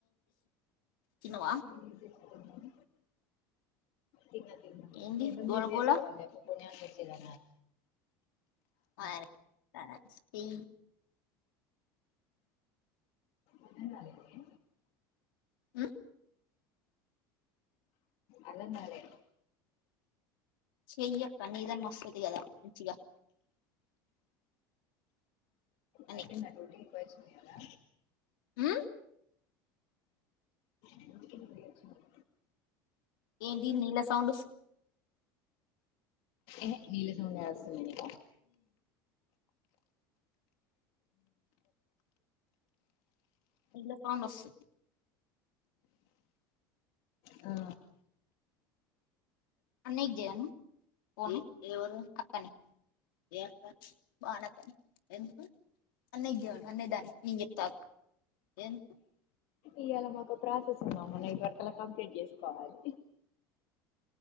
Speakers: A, on the left; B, on the left.
A: తినవా
B: మిస్ చేసుకుంటాం తిన్నా తిన్నా
A: ఏంది
B: ఎందుకు
A: గోల
B: మిస్ చేసుకోవడం
A: గోల
B: చెప్పు పణనికి వచ్చేదా
A: మార్ తన స్టీ
B: అన్నం రాలేదే
A: ఉ
B: అర్థం కాలే
A: చెయ్యక్క నీదని మస్త్ వుంది కదా మంచిగా అని
B: అయిపోయిందా డ్యూటీకి పోయి వచ్చినావు కదా
A: ఊ
B: డ్యూటీకి పోయి వచ్చినాం
A: ఏంటి నీళ్ల సౌండ్
B: ఏ నీళ సౌండ్ కాదు <unintelligible>
A: తెల్ల పాములు ఒస్తయ్
B: ఆ
A: అనీకి జరమ పోనీ ఎవరు అక్కనే ఏఅక్క బనకను ఎందుకు అన్నేగ్యో నన్నే దాని నేన్ జెప్త ఆగు ఎందుకు
B: ఇయలా మాకోక ప్రాసెస్ ఉన్నామా నైట్ వర్క్ అలా కంప్లీట్ చేసుకోవాలి